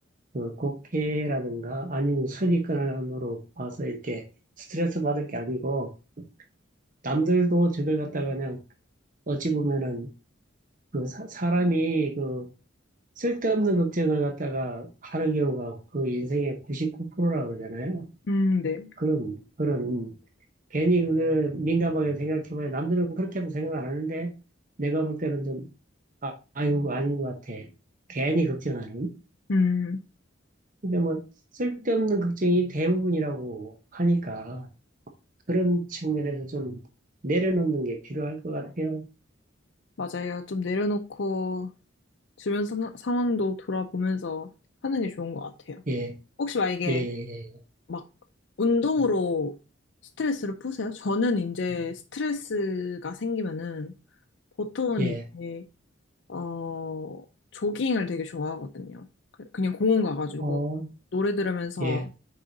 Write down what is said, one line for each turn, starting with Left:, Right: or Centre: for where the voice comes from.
Right: 그 곡해라든가, 아니면 선입견으로 봐서 이렇게 스트레스 받을 게 아니고, 남들도 저걸 갖다가 그냥, 어찌 보면은, 그 사, 사람이 그, 쓸데없는 걱정을 갖다가 하는 경우가 그 인생의 99%라고 그러잖아요.
Left: 음, 네.
Right: 그런, 그런 괜히 그게 민감하게 생각해봐야 남들은 그렇게도 생각 안 하는데 내가 볼 때는 좀 아, 아이고 아닌 것 같아. 괜히 걱정하는.
Left: 음,
Right: 근데 뭐 쓸데없는 걱정이 대부분이라고 하니까 그런 측면에서 좀 내려놓는 게 필요할 것 같아요.
Left: 맞아요. 좀 내려놓고 주변 사- 상황도 돌아보면서 하는 게 좋은 것 같아요.
Right: 예,
Left: 혹시 만약에
Right: 예, 예,
Left: 막 운동으로 스트레스를 푸세요? 저는 이제 스트레스가 생기면은 보통은
Right: 예,
Left: 이제,
Right: 예.
Left: 어, 조깅을 되게 좋아하거든요. 그- 그냥 공원 가가지고
Right: 어,
Left: 노래 들으면서
Right: 예,